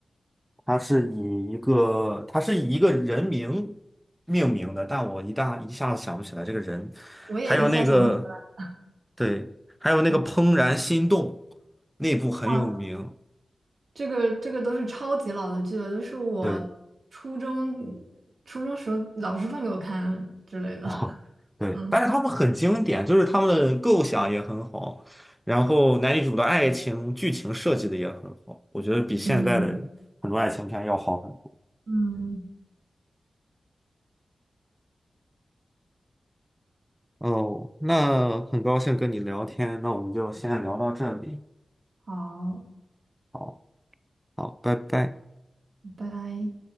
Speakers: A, in the centre; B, on the right (about 65°).
A: 它是以一个它是以一个人名命名的，但我一大一下子想不起来这个人。
B: 我也一下想不起来。
A: 还有那个对，还有那个《怦然心动》，
B: 嗯
A: 那部很有名。
B: 啊，这个这个都是超级老的剧了，都是我初中
A: 对，
B: 初中时候老师放给我看之类的。
A: 哦，
B: <laughs>
A: 对，
B: 嗯
A: 但是他们很经典，就是他们的构想也很好，然后男女主的爱情剧情设计的也很好，我觉得比现在的
B: 嗯
A: 很多爱情片要好很多。
B: 嗯，
A: 哦，那很高兴跟你聊天，那我们就先聊到这里。
B: 好，
A: 好。好，拜拜。
B: 拜拜。